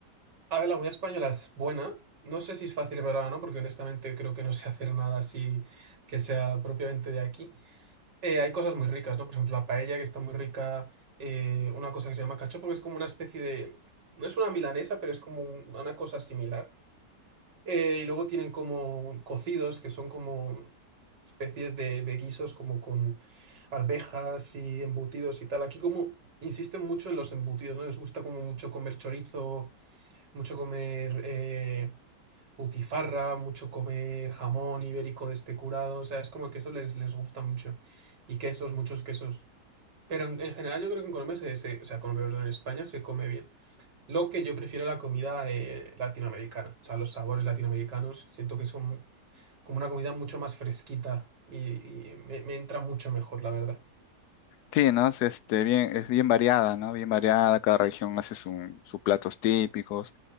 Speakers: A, on the right; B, on the left.
A: a ver, la comida española es buena. No sé si es fácil prepararla o no, porque honestamente creo que no sé hacer nada así que sea propiamente de aquí. eh, hay cosas muy ricas, ¿no? Por ejemplo, la paella, que está muy rica, eh, una cosa que se llama cachopo, que es como una especie de... No es una milanesa, pero es como un- una cosa similar. Eh, y luego tienen como cocidos, que son como especies de, de guisos, como con arvejas y embutidos y tal. Aquí como insisten mucho en los embutidos, ¿no? Les gusta como mucho comer chorizo, mucho comer... eh, butifarra, mucho comer jamón ibérico de este curado, o sea, es como que eso les, les gusta mucho. Y quesos, muchos quesos. Pero en, en general yo creo que en Colombia, se, se- o sea, Colombia, perdón, en España se come bien. Lo que yo prefiero la comida eh, latinoamericana, o sea, los sabores latinoamericanos, siento que son como una comida mucho más fresquita y, y me, me entra mucho mejor, la verdad.
B: Sí, ¿no? Es, este, bien, es bien variada, ¿no? Bien variada, cada región hace su- sus platos típicos.